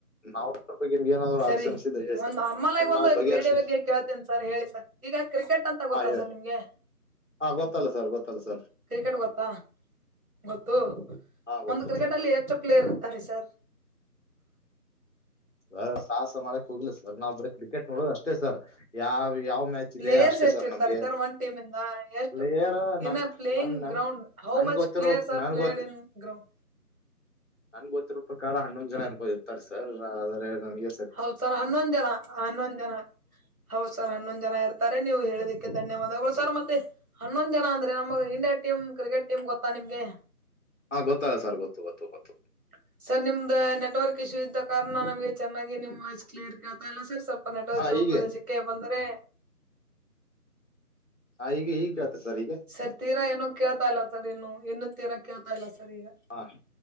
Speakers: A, on the left (about 50°); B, on the right (about 65°).
A: ನಾವು ರೂಪಾಯಿ ನಿಮಗೆ ನಾದ್ರು
B: ಸರಿ
A: ಆಗ ಸಮಸಿದೆಯ
B: ಒಂದ್
A: ಸರ್
B: ನಾರ್ಮಲ್ ಆಗಿ
A: ಅ್ರ
B: ಒಂದು
A: ನಾವು ಬಗೆಹರಿಸು
B: ಕ್ರೀಡೆ ಬಗ್ಗೆ ಕೇಳ್ತೀನಿ ಸರ್ ಹೇಳಿ ಸರ್ ಈಗ ಕ್ರಿಕೆಟ್ ಅಂತ ಗೊತ್ತಾ
A: ಹಾ ಹೇಳಿ
B: ಸರ್ ನಿಮ್ಗೆ
A: ಹಾ ಗೊತ್ತಲ್ಲ ಸರ್ ಗೊತ್ತಲ್ಲ ಸರ್
B: ಕ್ರಿಕೆಟ್ ಗೊತ್ತಾ ಗೊತ್ತು
A: ಹಾ ಗೊತ್ತು
B: ಒಂದು ಕ್ರಿಕೆಟ್ ಅಲ್ಲಿ ಎಷ್ಟು ಪ್ಲೇಯರ್ ಇರ್ತಾರೆ ಸರ್
A: ಹ ಸಾಹಸ ಮಾಡಕ್ ಹೋಗ್ಲಿಲ್ಲಾ ಸರ್ ನಾವ್ ಬರೀ ಕ್ರಿಕೆಟ್ ನೋಡದು ಅಷ್ಟೇ ಸರ್ ಯಾವ್ ಯಾವ ಮ್ಯಾಚ್
B: ಪ್ಲೇಯರ್ಸ್
A: ದೆ ಅಷ್ಟೇ
B: ಎಷ್ಟ್
A: ಸರ್
B: ಇರ್ತಾರೆ
A: ನಿಮ್ಗೆ
B: ಒನ್ ಟೀಮ್ ಇಂದ ಎಷ್ಟು
A: ನಿಯರ್ ನನ್
B: ಇನ್ ಅ ಪ್ಲೇಯಿಂಗ್
A: ನನ್ ನ್
B: ಗ್ರೌಂಡ್ ಹೌ
A: ನನ್ಗ
B: ಮಚ್
A: ಗೊತ್ತಿರೋ
B: ಪ್ಲೇಯರ್ಸ್ ಆರ್
A: ನನಗ
B: ಪ್ಲೇಯಡ್
A: ಗೊತ್ತ್
B: ಇನ್ ಗ್ರೌಂಡ್
A: ನನ್ಗೆ ಗೊತ್ತಿರೋ ಪ್ರಕಾರ ಹನ್ನೊಂದ್ ಜನಾ ಆರ ಇರ್ತಾರೆ ಸರ್ ಆದ್ರೆ ನನ್ಗೆ
B: ಹೌದ ಸರ್ ಹನ್ನೊಂದ್ ಜನ ಹನ್ನೊಂದ ಜನ ಹೌದ ಸರ್ ಹನ್ನೊಂದ್ ಜನ ಇರ್ತ ಕರೆ ನೀವು ಹೇಳದಕ್ಕೆ ಧನ್ಯವಾದಗಳು ಸರ್ ಮತ್ತೆ ಹನ್ನೊಂದ್ ಜನ ಅಂದ್ರೆ ನಮಗ ಇಂಡಿಯಾ ಟೀಮ್ ಕ್ರಿಕೆಟ್ ಟೀಮ್ ಗೊತ್ತಾ ನಿಮ್ಗೆ
A: ಹಾ ಗೊತ್ತಿಲ್ಲಾ ಸರ್ ಗೊತ್ತು ಗೊತ್ತು ಗೊತ್ತು
B: <unintelligible> ಸರ್ ನಿಮ್ದ ನೆಟ್ವರ್ಕ್ ಇಶ್ಯೂ ಇದ್ದ ಕಾರಣ ನಮಗೆ ಚೆನ್ನಾಗಿ ನಿಮ್ ವಾಯ್ಸ್ ಕ್ಲಿಯರ್ ಆಗಿ ಕೇಳತಾ ಇಲ್ಲಾ ಸರ್ ಸ್ವಲ್ಪ ನೆಟ್ವರ್ಕ್
A: ಹಾ
B: ಇರುವ
A: ಹೀಗೆ
B: ಪ್ರದೇಶಕ್ಕೆ ಬಂದ್ರೆ
A: ಹಾ ಈಗ ಈಗ ಕೇಳತ ಸರ್ ಈಗ
B: ಸರ್ ತೀರಾ ಏನು ಕೇಳ್ತಾ ಇಲ್ಲ ಸರ್ ಇನ್ನು ಇನ್ನು ತೀರಾ ಕೇಳ್ತಾ ಇಲ್ಲ ಸರ್ ಈಗ
A: ಹಾ